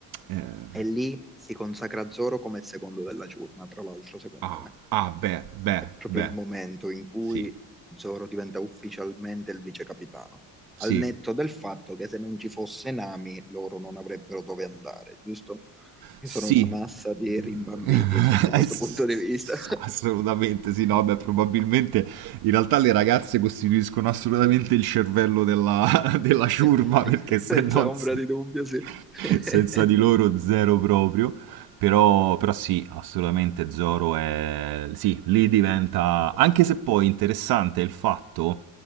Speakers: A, on the right; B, in the centre.
A: eh,
B: E lì si consacra Zoro come il secondo della giornata, tra l'altro, secondo
A: ah,
B: me.
A: ah, beh, beh,
B: È proprio
A: beh,
B: il momento in cui
A: sì,
B: Zoro diventa ufficialmente il vice capitano.
A: sì,
B: Al netto del fatto che se non ci fosse Nami, loro non avrebbero dove andare, giusto? Che
A: sì.
B: sono una massa
A: <laughs>
B: di rimbambiti sotto
A: Ass-
B: questo punto di vista.
A: Assolutamente sì, no, beh, probabilmente in realtà le ragazze costituiscono assolutamente il cervello della, <laughs> della ciurma
B: <laughs>
A: perché se
B: Senza
A: non,
B: ombra
A: se
B: di dubbio, sì.
A: <laughs>
B: <laughs>
A: Senza di loro zero proprio. Però, però sì, assolutamente Zoro è... Sì, lì diventa... Anche se poi interessante è il fatto